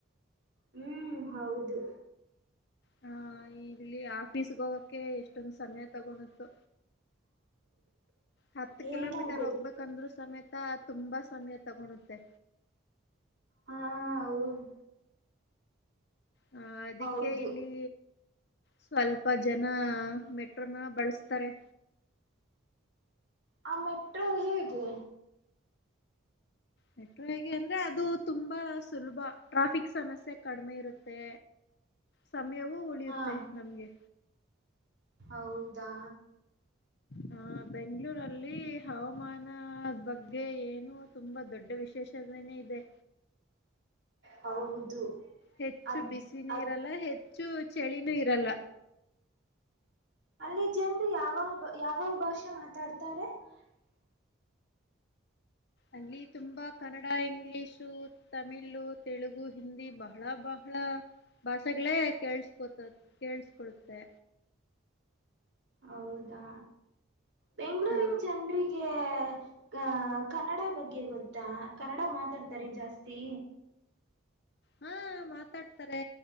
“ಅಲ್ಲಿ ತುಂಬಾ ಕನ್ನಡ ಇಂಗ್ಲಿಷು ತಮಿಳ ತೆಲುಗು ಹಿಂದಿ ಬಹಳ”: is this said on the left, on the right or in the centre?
Left